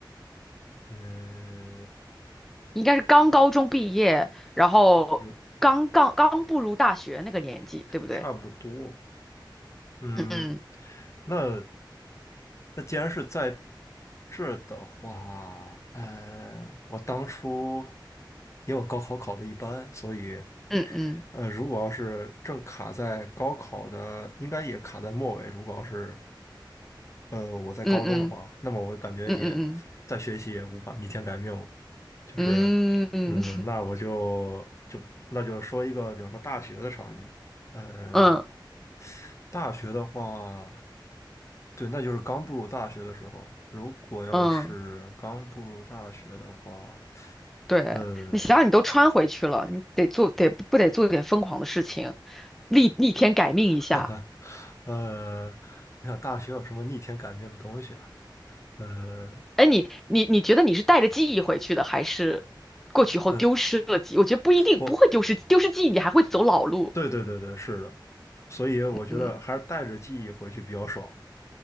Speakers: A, on the left; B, in the centre.
A: 呃，
B: 应该是刚高中毕业，然后刚刚刚步入大学那个年纪，
A: 有
B: 对不对？
A: 差不多。嗯，
B: 嗯
A: 那那既然是在这儿的话，呃，我当初因为我高考考的一般，所以
B: 嗯嗯
A: 呃，如果要是正卡在高考的，应该也卡在末尾。如果要是呃，我在高中的话，
B: 嗯嗯
A: 那么我感觉也再学习也无法逆天改命了，
B: 嗯嗯
A: 就是，
B: 嗯嗯
A: 嗯，那我就就那就说一个，比方说大学的场景，呃，
B: <laughs> 嗯
A: 大学的话，对，那就是刚步入大学的时候，如果要是刚步入大学的话，
B: 嗯，对，
A: 呃，
B: 你想想，你都穿回去了，你得做得不得做点疯狂的事情，逆逆天改命一下。
A: <laughs> 哈哈，呃，我想大学有什么逆天改命的东西啊？呃，
B: 哎，你你你觉得你是带着记忆回去的，还是过去后丢失了记忆我觉得不一定不会丢失丢失记忆，
A: 嗯。我。
B: 你还会走老路。
A: 对对对对，是的，所以我觉得还是带着记忆回去比较爽，
B: 嗯，